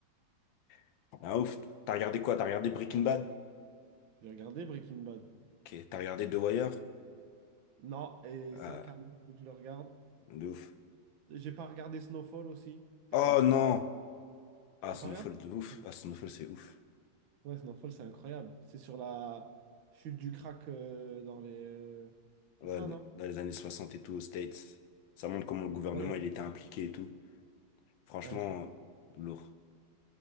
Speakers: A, on the left (about 75°); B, on the right (about 75°).
A: <laughs> ah, ouf. T'as regardé quoi? T'as regardé Breaking Bad?
B: J'ai regardé Breaking Bad.
A: Ok. T'as regardé The Wire?
B: Non, et
A: Ah,
B: ça, carrément, faut que je le regarde.
A: de ouf.
B: J'ai pas regardé Snowfall aussi.
A: Oh
B: Il faut que je
A: non!
B: regarde.
A: Ah,
B: J'ai
A: Snowfall,
B: pas regardé.
A: de ouf.
B: Snowfall.
A: Ah, Snowfall, c'est ouf.
B: Ouais, Snowfall, c'est incroyable. C'est sur la chute du crack euh, dans les. euh,
A: Ouais,
B: C'est ça, non?
A: dans les années 60 et tout, aux States. Ça montre comment le
B: Incroyable.
A: gouvernement, il était impliqué et tout. Franchement,
B: Incroyable.
A: lourd.